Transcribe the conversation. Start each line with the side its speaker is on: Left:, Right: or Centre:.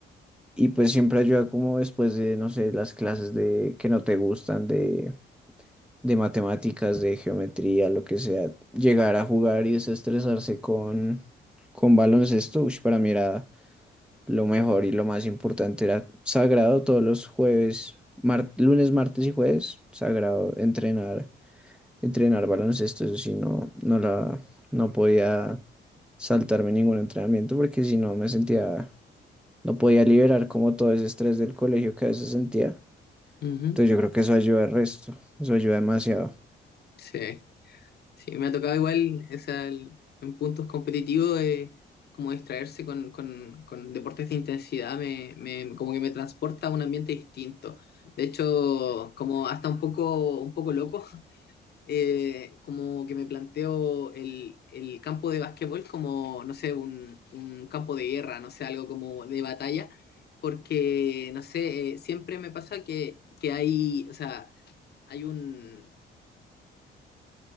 Centre: y pues siempre ayuda como después de, no sé, las clases de que no te gustan, de, de matemáticas, de geometría, lo que sea, llegar a jugar y desestresarse con, con baloncesto, ush, para mí era lo mejor y lo más importante, era sagrado todos los jueves, mar- lunes, martes y jueves, sagrado entrenar. entrenar baloncesto, eso sí, no, no la, no podía saltarme ningún entrenamiento porque si no me sentía, no podía liberar como todo ese estrés del colegio que a veces sentía.
Left: Ujú, ujú.
Centre: Entonces yo creo que eso ayuda al resto, eso ayuda demasiado.
Left: Sí. Sí, me ha tocado igual, o sea, el- en puntos competitivos, eh, como distraerse con, con- con deportes de intensidad, me, me- como que me transporta a un ambiente distinto. De hecho, como hasta un poco, un poco loco, <laughs> eh, como que me planteo el, el campo de básquetbol como, no sé, un, un campo de guerra, no sé, algo como de batalla, porque, no sé, eh, siempre me pasa que, que hay, o sea, hay un...